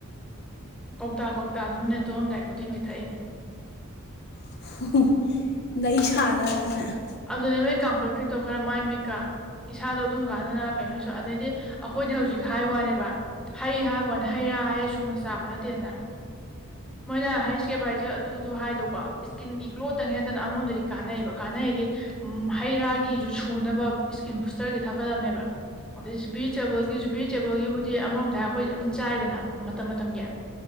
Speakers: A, in the centre; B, on the left.
A: ꯀꯧꯇꯥ ꯀꯧꯇꯥ ꯑꯗꯨꯃꯅ ꯇꯣꯂꯣꯝꯗꯥꯏ ꯀꯣꯗꯤꯡꯒꯤ ꯊꯛꯏꯅꯦ
B: <unintelligible> ꯂꯩ ꯁꯥꯗꯅ ꯅꯪꯅꯦ
A: ꯑꯗꯨꯅꯦꯕ ꯀꯥꯡꯈꯨꯠ ꯈ꯭ꯔꯤꯗꯣ ꯈꯔ ꯃꯥꯏ ꯃꯤꯛꯀꯥ ꯏꯁꯥꯗꯣ ꯑꯗꯨꯝ ꯀꯥꯟꯅꯅ ꯀꯩꯅꯣꯁꯨ ꯑꯗꯩꯗꯤ ꯑꯩꯈꯣꯏꯗꯤ ꯍꯧꯖꯤꯛ ꯍꯥꯏꯕ ꯋꯥꯅꯦꯕ ꯍꯩ ꯍꯥꯏꯕꯅꯦ ꯍꯩ ꯔꯥ ꯍꯥꯏꯌꯦ ꯁꯨꯅ ꯆꯥꯕ ꯅꯠꯇꯦꯗꯅ ꯃꯣꯏꯅ ꯍꯥꯏꯁꯦ ꯕꯥ ꯍꯥꯏꯁꯦ ꯑꯗꯨꯗꯨ ꯍꯥꯏꯗꯣꯀꯣ ꯏꯁꯀꯤꯟꯒꯤ ꯒ꯭ꯂꯣ ꯇꯪ ꯅꯠꯇꯅ ꯑꯃꯣꯝꯗꯗꯤ ꯀꯥꯟꯅꯩꯌꯦꯕ ꯀꯥꯟꯅꯩꯗꯤ ꯎ ꯍꯩ ꯔꯥꯒꯤꯁꯨ ꯁꯨꯅꯕ ꯏꯁꯀꯤꯟ ꯕꯨꯁꯇꯔꯒꯤ ꯊꯛꯀꯗꯕꯅꯦꯕ ꯑꯗꯩ ꯖꯨꯕꯤꯔꯤ ꯆꯦꯕꯜꯒꯤ ꯖꯨꯕꯤꯔꯤ ꯇꯦꯕꯜꯒꯤꯕꯨꯗꯤ ꯑꯃꯔꯣꯝꯗꯏ ꯑꯩꯈꯣꯏ ꯑꯗꯨꯝ ꯆꯥꯏꯗꯅ ꯃꯇꯝ ꯃꯇꯝꯒꯤ